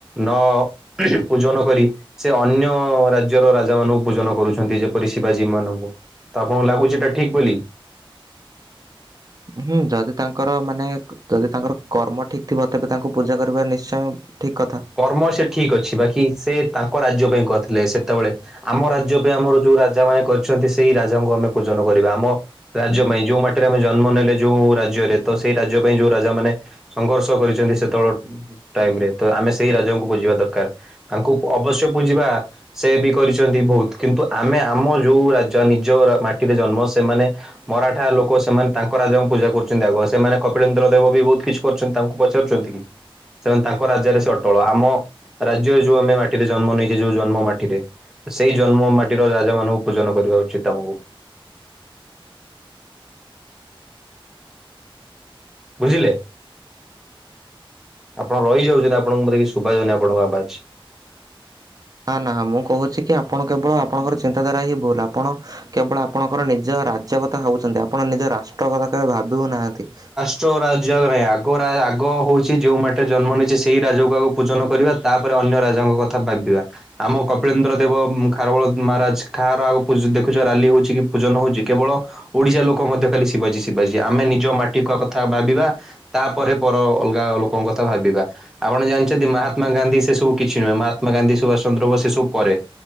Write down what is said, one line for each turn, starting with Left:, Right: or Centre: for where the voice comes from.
Centre: ନ ପୂଜନ କରି ସେ ଅନ୍ୟ ରାଜ୍ୟର ରାଜା ମାନଙ୍କୁ ପୂଜନ କରୁଛନ୍ତି ଯେପରି ଶିବାଜୀ ମାନଙ୍କୁ ଆପଣ ଲାଗୁଛି ଏଟା ଠିକ୍ ବୋଲି?
Right: ହୁଁ ଯଦି ତାଙ୍କର ମାନେ ଯଦି ତାଙ୍କର କର୍ମ ଠିକ ଥିବ ତେବେ ତାଙ୍କୁ ପୂଜା କରିବା ନିଶ୍ଚୟ ଠିକ୍ କଥା।
Centre: କର୍ମ ସେ ଠିକ ଅଛି ବାକି ସେ ତାଙ୍କ ରାଜ୍ୟ ପାଇଁ କରିଥିଲେ ସେତେବେଳେ। ଆମ ରାଜ୍ୟ ପାଇଁ ଆମର ଯୋଉ ରାଜା ମାନେ କହିଛନ୍ତି ସେଇ ରାଜାଙ୍କୁ ଆମେ ପୂଜନ କରିବା। ଆମ ରାଜ୍ୟ ପାଇଁ ଯୋଉ ମାଟିରେ ଆମେ ଜନ୍ମ ନେଲେ ଯୋଉ ରାଜ୍ୟରେ ତ ସେଇ ରାଜ୍ୟ ପାଇଁ ଯୋଉ ରାଜା ମାନେ ସଂଘର୍ଷ କରିଛନ୍ତି ସେତେବେଳେ ଟାଇମରେ ତ ଆମେ ସେଇ ରାଜ୍ୟଙ୍କୁ ପୁଜିବା ଦରକାର। ତାଙ୍କୁ ଅବଶ୍ୟ ପୁଜିବା ସେ ବି କରିଚନ୍ତି ବହୁତ କିନ୍ତୁ ଆମେ ଆମ ଯୋଉ ରାଜା ନିଜ ମାଟିରେ ଜନ୍ମ ସେମାନେ ମରାଠା ଲୋକ ସେମାନେ ତାଙ୍କ ରାଜାଙ୍କୁ ପୂଜା କରୁଛନ୍ତି ଆଗ ସେମାନେ କପିଳନ୍ଦ୍ର ଦେବ ବି ବହୁତ କିଛି ତାଙ୍କୁ ପଚାରୁଚନ୍ତି କି? ସେମାନେ ତାଙ୍କ ରାଜା ରେ ସେ ଅ ଟଳ। ଆମ ରାଜ୍ୟ ଯୋଉ ଆମେ ମାଟିରେ ଜନ୍ମ ନେଇଛେ ଯୋଉ ଜନ୍ମ ମାଟିରେ ସେଇ ଜନ୍ମ ମାଟିର ରାଜା ମାନଙ୍କୁ ପୂଜନ କରିବା ଉଚିତ ଆମକୁ ବୁଝିଲେ? ଆପଣ ରହିଯାଉଚ଼ନ୍ତି ଆପଣଙ୍କ କଥା କିଛି ଶୁବା ଯାଉନି ଆପଣଙ୍କ ଆବାଜ।
Right: ନା ନା ମୁଁ କହୁଛି କି ଆପଣ କେବଳ ଆପଣଙ୍କର ଚିନ୍ତାଧାରା ହିଁ ଭୁଲ ଆପଣ କେବଳ ଆପଣଙ୍କର ନିଜ ରାଜ୍ୟ କଥା ଭାବୁଛନ୍ତି, ଆପଣ ନିଜ ରାଷ୍ଟ୍ର କଥା କେବେ ଭାବି ହଉନାହାନ୍ତି।
Centre: <unintelligible> ଆଗରା ଆଗ ହେଉଚି ଯେଉଁ ମାଟିରେ ଜନ୍ମ ନେଇଛେ ସେହି ରାଜ୍ୟକୁ ଆଗ ପୂଜନ କରିବା ତାପରେ ଅନ୍ୟ ରାଜାଙ୍କ କଥା ଭାବିବା। ଆମ କପିଳେନ୍ଦ୍ର ଦେବ ଖାରବେଳ ମହାରାଜ କାହାର ଆଗ ଦେଖୁଛ ରାଲି ହଉଚି କି ପୂଜନ ହଉଚି। କେବଳ ଓଡିଶା ଲୋକ ମଧ୍ୟ ଖାଲି ଶିବାଜୀ ଶିବାଜୀ ଆମେ ନିଜ ମାଟି ମାଆ କ କଥା ଭାବିବା ତାପରେ ପର ଅଲଗା ଲୋକଙ୍କ କଥା ଭାବିବା। ଆପଣ ଜାଣିଚ଼ନ୍ତି ମହାତ୍ମା ଗାନ୍ଧୀ ସେ ସବୁ କିଛି ନୁହେଁ ମହାତ୍ମା ଗାନ୍ଧୀ ସୁଭାଷ ଚନ୍ଦ୍ର ବୋଷ ସେସବୁ ପରେ।